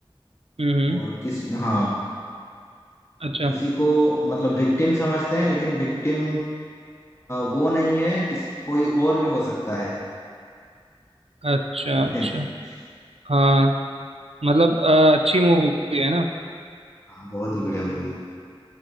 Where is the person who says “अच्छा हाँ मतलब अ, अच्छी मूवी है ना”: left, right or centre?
Right